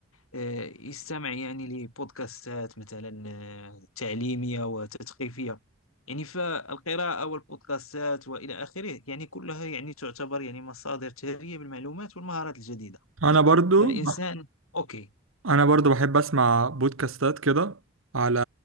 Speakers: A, on the left; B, on the right.
A: آه، يستمع يعني لبودكاستات مثلا آه، تعليمية وتثقيفية يعني فالقراءة والبودكاستات وإلى آخره يعني كلها يعني تعتبر يعني مصادر ثرية بالمعلومات والمهارات الجديدة
B: انا برضو
A: فالإنسان أوكي
B: انا برضو بحب اسمع بودكاستات كده على